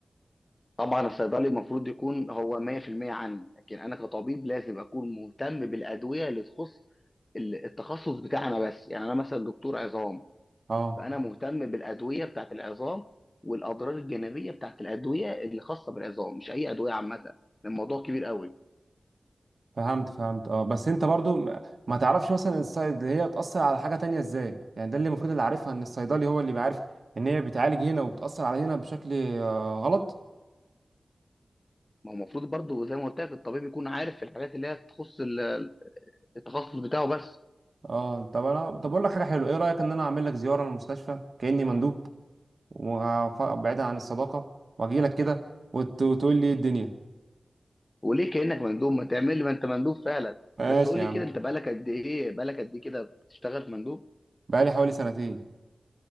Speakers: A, on the left (about 30°); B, on the right (about 70°).
A: طبعا الصيدلي المفروض يكون هو 100% عني لكن انا كطبيب لازم اكون مهتم بالادويه اللي تخص ال- التخصص بتاعنا بس يعني انا مثلا دكتور عظام
B: اه
A: فانا مهتم بالادويه بتاعت العظام والاضرار الجانبيه بتاعت الادويه اللي خاصه بالعظام مش اي ادويه عامه الموضوع كبير قوي
B: فهمت فهمت اه بس انت برضو ما ما تعرفش مثلا الصيد هي بتأثر على حاجة تانية ازاي يعني ده اللي المفروض اللي عارفها ان الصيدلي هو اللي بيعرف ان هي بتعالج هنا وبتأثر على هنا بشكل آه، غلط
A: ما هو المفروض برضو زي ما قلت لك الطبيب يكون عارف في الحاجات اللي هي تخص ال- التخصص بتاعه بس
B: اه طب انا طب اقول لك حاجة حلوة ايه رأيك ان انا اعمل لك زيارة للمستشفى كأني مندوب وبعيدا عن الصداقة واجي لك كده وت- وتقول لي ايه الدنيا
A: وليه كانك مندوب ما تعمل لي ما انت مندوب فعلا
B: ماشي
A: بس قول
B: يا
A: لي
B: عم
A: كده انت بقالك قد ايه بقالك قد ايه كده بتشتغل مندوب
B: بقالي حوالي سنتين